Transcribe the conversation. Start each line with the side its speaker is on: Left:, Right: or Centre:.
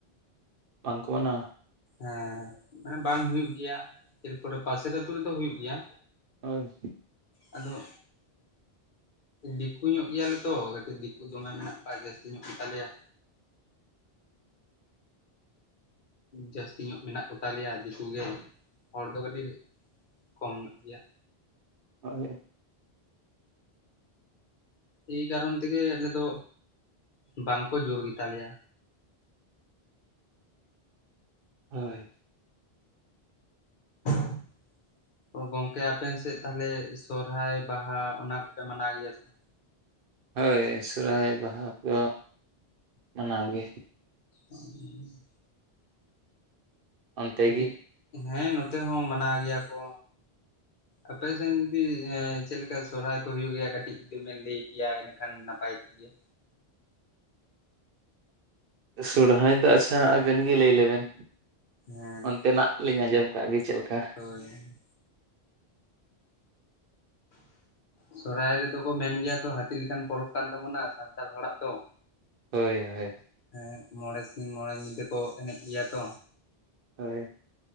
Right: ᱵᱟᱝ ᱠᱚ ᱢᱟᱱᱟᱣᱟ?
Left: ᱦᱮᱸ ᱢᱟᱱᱮ ᱵᱟᱝ ᱦᱩᱭᱩᱜ ᱜᱮᱭᱟ ᱮᱨᱯᱚᱨᱮ ᱯᱟᱥᱮᱨ ᱟᱹᱛᱩ ᱨᱮᱫᱚ ᱦᱩᱭᱩᱜ ᱜᱮᱭᱟ᱾
Right: ᱦᱳᱭ,
Left: ᱟᱫᱚ, ᱫᱤᱠᱩ ᱧᱚᱜ ᱜᱮᱭᱟᱞᱮ ᱛᱚ ᱠᱟᱹᱴᱤᱜ ᱫᱤᱠᱩ ᱫᱚᱢᱮ ᱢᱮᱱᱟᱜ ᱠᱚᱣᱟ ᱡᱟᱹᱥᱛᱤ ᱧᱚᱜ ᱜᱮᱛᱟ ᱞᱮᱭᱟ᱾ ᱡᱟᱹᱥᱛᱤ ᱧᱚᱜ ᱢᱮᱱᱟᱜ ᱠᱚ ᱛᱟᱞᱮᱭᱟ ᱫᱤᱠᱩ ᱜᱮ ᱦᱚᱲ ᱫᱚ ᱠᱟᱹᱴᱤᱜ ᱠᱚᱢ ᱧᱚᱜ ᱜᱮᱭᱟ᱾
Right: ᱦᱳᱭ,
Left: ᱮᱭ ᱠᱟᱨᱚᱱ ᱛᱮᱜᱮ ᱟᱞᱮ ᱫᱚ ᱵᱟᱝᱠᱚ ᱡᱳᱨ ᱜᱮ ᱛᱟᱞᱮᱭᱟ,
Right: ᱦᱳᱭ,
Left: <inaudible> ᱚ ᱜᱚᱝᱠᱮ ᱟᱯᱮ ᱥᱮᱫ ᱛᱟᱦᱚᱞᱮ ᱥᱚᱦᱨᱟᱭ ᱵᱟᱦᱟ ᱚᱱᱟ ᱠᱚᱯᱮ ᱢᱟᱱᱟᱣ ᱜᱮᱭᱟ ᱥᱮ ᱵᱟᱝ?
Right: ᱦᱳᱭ ᱥᱚᱦᱨᱟᱭ ᱵᱟᱦᱟ ᱠᱚ ᱢᱟᱱᱟᱣ ᱜᱮ᱾
Left: ᱚᱸ
Right: ᱚᱱᱛᱮ
Left: ᱠᱟᱹᱴᱤᱜ
Right: ᱜᱮ
Left: ᱦᱮᱸ ᱱᱚᱛᱮ ᱦᱚᱸ ᱢᱟᱱᱟᱣ ᱜᱮᱭᱟ ᱠᱚ᱾ ᱟᱯᱮ ᱥᱮᱱ ᱡᱩᱫᱤ ᱮᱸ ᱪᱮᱫ ᱞᱮᱠᱟ ᱥᱚᱨᱦᱟᱭ ᱠᱚ ᱦᱩᱭᱩᱜ ᱜᱮᱭᱟ ᱠᱟᱹᱴᱤᱜ ᱡᱩᱫᱤ ᱵᱮᱱ ᱞᱟᱹᱭ ᱠᱮᱭᱟ ᱤᱱᱟᱹᱠᱷᱟᱱ ᱱᱟᱯᱟᱭ ᱠᱚᱜ, ᱠᱚᱜ ᱜᱮᱭᱟ,
Right: ᱥᱚᱨᱦᱟᱭ ᱫᱚ ᱟᱪᱪᱷᱟ ᱟᱵᱮᱱ ᱜᱮ ᱞᱟᱹᱭ ᱞᱮᱵᱮᱱ
Left: ᱦᱮᱸ
Right: ᱚᱱᱛᱮᱱᱟᱜ? ᱞᱤᱧ ᱟᱸᱡᱚᱢ ᱠᱟᱜ ᱜᱮ ᱪᱮᱫ ᱞᱮᱠᱟ,
Left: ᱦᱳᱭ, ᱥᱚᱦᱨᱟᱭ ᱨᱮᱫᱚ ᱠᱚ ᱢᱮᱱ ᱜᱮᱭᱟ ᱛᱚ ᱦᱟᱹᱛᱤ ᱞᱮᱠᱟᱱ ᱯᱚᱨᱚᱵᱽ ᱠᱟᱱ ᱛᱟᱵᱚᱱᱟ ᱥᱟᱱᱛᱟᱲ ᱦᱚᱲᱟᱜ ᱫᱚ᱾
Right: ᱦᱳᱭ ᱦᱳᱭ,
Left: ᱮᱸ ᱢᱚᱬᱮ ᱥᱤᱧ ᱢᱚᱬᱮ ᱧᱤᱫᱟᱹ ᱠᱚ ᱮᱱᱮᱜ ᱜᱮᱭᱟ ᱛᱚ,
Right: ᱦᱳᱭ,